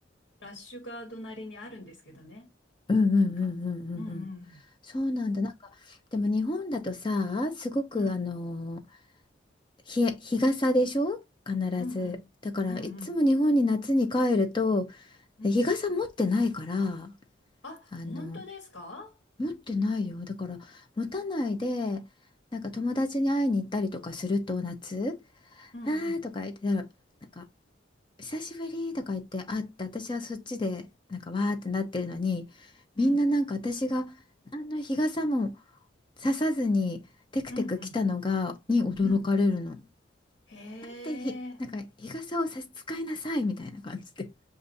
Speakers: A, on the left; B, on the left.
A: ラッシュガードなりにあるんですけどね。
B: うんうんうんうんうんうん
A: なんか。うんうん。
B: そうなんだ。なんかでも日本だとさ、すごくあの
A: うん。
B: 日、日傘でしょ必ず。
A: うんうん。
B: だからいつも日本に夏に帰ると
A: うんうん。うん
B: で日傘持ってないから
A: あ、
B: あの
A: 本当ですか
B: 持ってないよだから持たないでなんか友達に会いに行ったりとかすると夏
A: うんうん。
B: 「わー」とか言ってたらなんか「久しぶり」とか言って会って私はそっちでなんかわーってなってるのにみんななんか私が何の日傘も
A: うん。
B: ささずにテクテク来たのがに驚かれるの。
A: うんうん。うん。へ
B: なんでひ、
A: え。
B: なんか日傘を差し使いなさいみたいな感じで